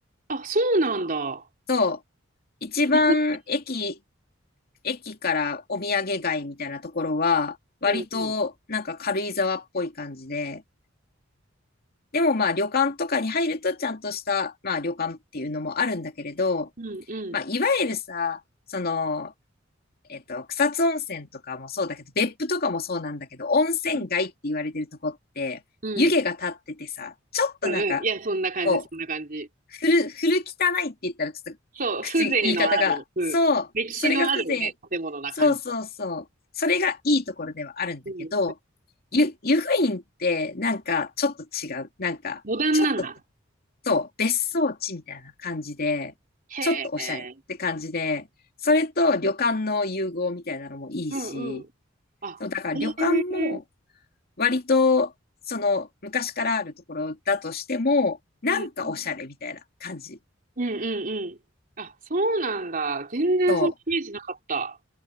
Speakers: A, on the right; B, on the left.
A: あ、そうなんだ。
B: そう、一番駅
A: 水上
B: 駅からお土産街みたいなところは、割となんか軽井沢っぽい感じで、
A: うんうん。
B: でもまあ旅館とかに入るとちゃんとした、まあ旅館っていうのもあるんだけれど、
A: うんうん。
B: まあいわゆるさ、その、えっと、草津温泉とかもそうだけど、別府とかもそうなんだけど、温泉街って言われてるとこって、
A: うん。う
B: 湯気が立っててさ、ちょっとなんか、
A: んうん。いや、そんな感じ、
B: こう、
A: そんな感じ。
B: 古、古汚いって言ったらちょっと口、
A: そう、風情のある、
B: 言い方が、
A: うん、
B: そう、
A: 歴史のあるね、
B: それが風情、
A: 建物な感じ。
B: そうそうそう、それがいいところではあるんだけど、
A: うん、
B: ゆ、湯布院ってなんかちょっと違う。なんか、
A: モダンなんだ。
B: ちょっと、そう、別荘地みたいな感じで、
A: へえ。
B: ちょっとおしゃれって感じで、それと旅館の融合みたいなのもいいし、
A: うんうん。あ、
B: そう、だから旅館も
A: へえ。
B: 割と、その昔からあるところだとしても、なんかおしゃれみたいな感じ。
A: うんうん。うんうんうん。あ、そうなんだ。全然そのイメージなかった。
B: そ